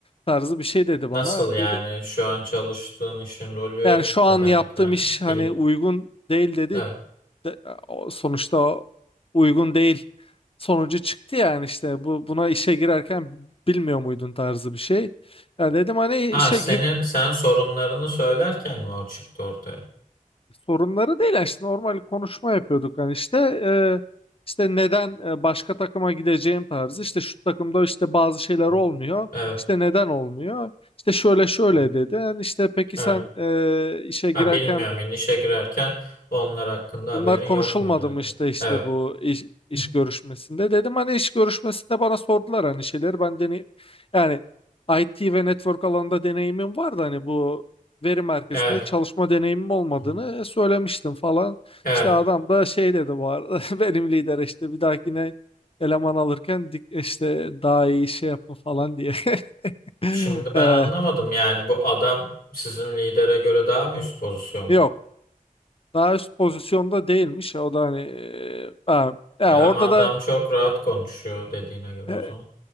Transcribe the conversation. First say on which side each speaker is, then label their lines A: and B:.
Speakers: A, on the left; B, on the left.
A: tarzı bir şey dedi
B: Nasıl
A: bana.
B: yani
A: Dedim
B: şu an çalıştığın işin rolü
A: yani şu an
B: ne demek
A: yaptığım
B: yani?
A: iş hani
B: Bilim.
A: uygun değil dedi.
B: Evet.
A: De- o- sonuçta o uygun değil sonucu çıktı yani işte bu buna işe girerken bilmiyor muydun tarzı bir şey. Ya dedim hani işe
B: Ha senin
A: gi-
B: sen sorunlarını söylerken mi o çıktı ortaya?
A: sorunları değil yani işte normal konuşma yapıyorduk hani işte e, işte neden e, başka takıma gideceğim tarzı işte şu takımda işte bazı şeyler olmuyor.
B: Hı. Evet.
A: işte neden olmuyor? işte şöyle şöyle
B: Hı hı.
A: dedi. Yani işte peki
B: Evet.
A: sen e, işe
B: Ha
A: girerken
B: bilmiyorum yani işe girerken onlar hakkında haberin
A: Bunlar konuşulmadı
B: yok muydu
A: mı
B: dedi.
A: işte işte
B: Evet.
A: bu iş, iş
B: Hı.
A: görüşmesinde dedim hani iş görüşmesinde bana sordular hani şeyler ben deney yani IT ve network alanında deneyimim vardı hani bu veri merkezinde
B: Evet.
A: çalışma deneyimim olmadığını
B: Hı hı.
A: söylemiştim falan.
B: Evet.
A: İşte adam da şey dedi bu arada <laughs> benim lider işte bir dahakine eleman alırken dik- işte daha iyi şey yapın falan diye. <laughs> Ee,
B: Şimdi ben anlamadım yani bu adam sizin lidere göre daha mı üst pozisyonda?
A: yok daha üst pozisyonda değilmiş o da hani e, ha, ya
B: Ya
A: orada
B: ama adam
A: da
B: çok rahat konuşuyor dediğine göre
A: E,
B: o zaman.